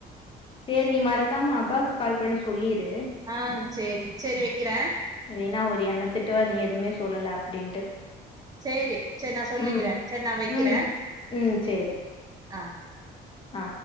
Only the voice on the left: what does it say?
சேரி நீ மறக்காம அப்பாவுக்கு கால் பண்ணி சொல்லிரு
இல்லைன்னா அவரு எண்ணத்திட்டுவார் நீ எதுவுமே சொல்லல அப்டின்ட்டு
ம்
ம் ம் சேரி
ஆ